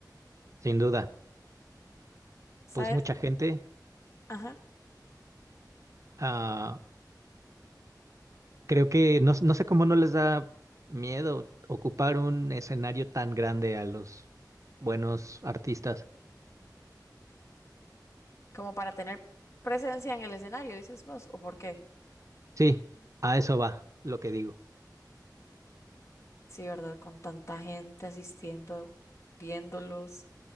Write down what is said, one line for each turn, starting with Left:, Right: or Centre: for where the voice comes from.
Right: sin duda.
Left: ¿Sabes?
Right: Pues mucha gente,
Left: Ajá.
Right: ah, creo que no, no sé cómo no les da miedo ocupar un escenario tan grande a los buenos artistas.
Left: Como para tener presencia en el escenario, dices vos, ¿o por qué?
Right: Sí, a eso va lo que digo.
Left: Sí, ¿verdad? Con tanta gente asistiendo, viéndolos